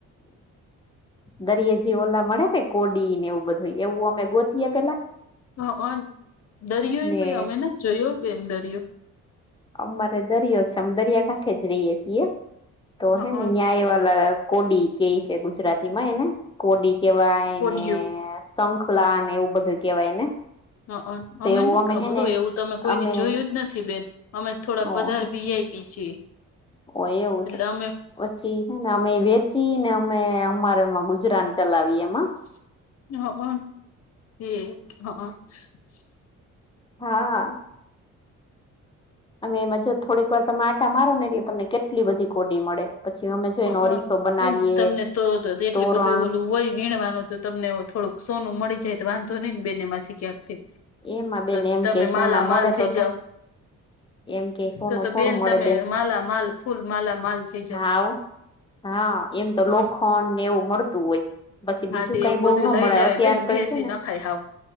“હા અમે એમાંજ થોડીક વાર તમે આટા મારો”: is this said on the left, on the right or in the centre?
Left